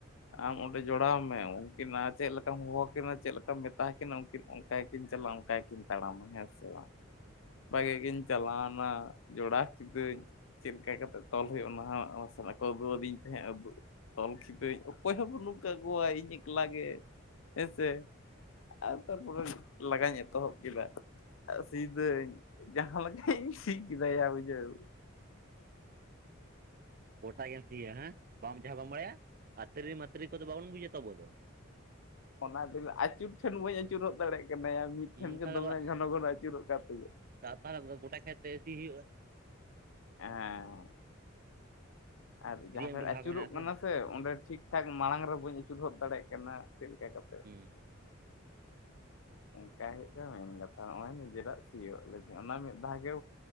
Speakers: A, on the left (about 75°); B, on the right (about 45°).
A: ᱟᱢ ᱚᱸᱰᱮ ᱡᱚᱲᱟᱣ ᱢᱮ ᱩᱱᱠᱤᱱᱟᱜ ᱪᱮᱫ ᱞᱮᱠᱟᱢ ᱦᱚᱦᱚᱣᱟ ᱠᱤᱱᱟ ᱪᱮᱫ ᱞᱮᱠᱟᱢ ᱢᱮᱛᱟ ᱠᱤᱱᱟ ᱩᱱᱠᱤᱱ ᱟᱭ ᱠᱤᱱ ᱪᱞᱟᱢ ᱠᱟᱭ ᱠᱤᱱ ᱛᱟᱲᱟᱢ ᱦᱸᱥᱮ ᱵᱟᱝ᱾
B: ᱦᱮᱸ᱾
A: ᱵᱷᱟᱜᱤ ᱜᱤᱧ ᱪᱟᱞᱟᱣᱱᱟ ᱡᱚᱲᱟ ᱠᱤᱫᱟᱹᱧ, ᱪᱮᱫ ᱞᱮᱠᱟ ᱠᱟᱛᱮᱜ ᱛᱚᱞ ᱦᱩᱭᱩᱜᱼᱟ ᱚᱱᱟ ᱦᱚᱸ ᱥᱟᱞᱟᱜ ᱠᱚ ᱟᱹᱜᱩᱣᱟᱫᱤᱧ ᱛᱟᱦᱮᱸᱫ ᱟᱫᱩ, ᱛᱚᱞ ᱠᱤᱫᱟᱹᱧ, ᱚᱠᱚᱭ ᱦᱚᱸ ᱵᱟᱹᱱᱩᱜ ᱠᱟᱠᱚᱣᱟ ᱤᱧ ᱮᱠᱞᱟ ᱜᱮ ᱦᱮᱸᱥᱮ ᱟᱨ ᱛᱟᱨᱯᱚᱨᱮ ᱞᱟᱜᱟᱣᱧ ᱮᱛᱚᱦᱚᱵ ᱠᱮᱫᱟ, ᱥᱤᱫᱟᱹᱧ ᱡᱟᱦᱟᱸ ᱞᱮᱠᱟᱧ ᱥᱤ ᱠᱮᱫᱟᱭᱟ ᱵᱩᱡᱷᱟᱹᱣ᱾
B: ᱜᱚᱴᱟ ᱜᱮᱢ ᱥᱤᱭᱟ ᱦᱮᱸ ᱵᱟᱢ ᱡᱟᱦᱟᱸ ᱵᱟᱢ ᱵᱟᱲᱟᱭᱟ ᱟᱨ ᱛᱨᱤ ᱢᱟᱛᱨᱤ ᱠᱚᱫᱚ ᱵᱟᱵᱚᱱ ᱵᱩᱡᱟ ᱛ ᱟᱵᱚ ᱫᱚ᱾
A: ᱚᱱᱟ ᱫᱚᱞᱟ ᱟᱹᱪᱩᱨ ᱴᱷᱮᱱ ᱵᱟᱹᱧ ᱟᱹᱪᱩᱨᱚᱜ ᱫᱟᱲᱮᱭᱟᱜ ᱠᱟᱱᱟᱭᱟ ᱢᱤᱫ
B: ᱦᱩᱸ
A: ᱴᱷᱮᱱ ᱜᱮ
B: ᱛᱟᱦᱚᱞᱮ
A: ᱫᱚᱢᱮ ᱜᱷᱚᱱᱚ ᱜᱷᱚᱱᱚ ᱟᱹᱪᱩᱨᱚᱜ ᱠᱟᱱᱛᱤᱧᱟᱹ ᱾
B: ᱛᱟᱦ ᱜᱚᱴᱟ ᱠᱷᱟᱛᱮ ᱮ ᱥᱤ ᱦᱩᱭᱩᱜᱼᱟ?
A: ᱦᱮᱸ ᱾ ᱟᱨ
B: ᱥᱤᱨᱮᱭᱟᱜ
A: ᱡᱟᱦᱟᱸ ᱴᱷᱟᱜ
B: ᱢᱤᱫᱴᱮᱱ
A: ᱟᱹᱪᱩᱨᱚᱜ
B: ᱵᱷᱟᱜᱽ ᱢᱮᱱᱟᱜᱼᱟ
A: ᱠᱟᱱᱟ ᱥᱮ ᱚᱸᱰᱮ ᱴᱷᱤᱠ ᱴᱷᱟᱠ ᱢᱟᱲᱟᱝ ᱨᱮ ᱵᱟᱹᱧ ᱟᱹᱪᱩᱨ ᱦᱚᱫ ᱫᱟᱲᱮᱭᱟᱜ ᱠᱟᱱᱟ, ᱪᱮᱫ ᱞᱮᱠᱟ ᱠᱟᱛᱷᱟ
B: ᱦᱩᱸ
A: <inaudible> ᱚᱱᱠᱟ ᱦᱩᱭᱩᱜᱼᱟ ᱢᱮᱱ ᱠᱟᱛᱷᱟ ᱱᱚᱜᱚᱭ ᱱᱤᱡᱮᱨᱟᱜ ᱥᱤᱭᱳᱜ ᱞᱤᱫᱤᱧ ᱚᱱᱟ ᱢᱤᱫ ᱫᱷᱟᱣ ᱜᱮ